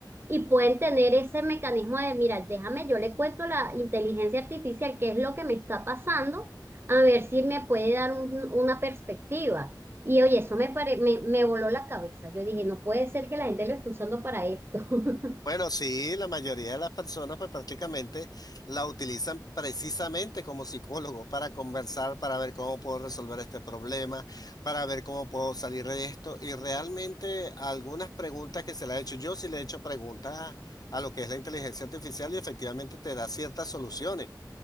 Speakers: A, on the right; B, on the left.
A: y pueden tener ese mecanismo de, mira, déjame, yo le cuento a la inteligencia artificial qué es lo que me está pasando, a ver si me puede dar un- una perspectiva. Y oye, eso me, pare- me, me voló la cabeza. Yo dije, no puede ser que la gente lo esté usando para esto. <laughs>
B: Bueno, sí, la mayoría de las personas pues prácticamente la utilizan precisamente como psicólogo para conversar, para ver cómo puedo resolver este problema, para ver cómo puedo salir de esto. Y realmente algunas preguntas que se le ha hecho, yo sí le he hecho preguntas a lo que es la inteligencia artificial y efectivamente te da ciertas soluciones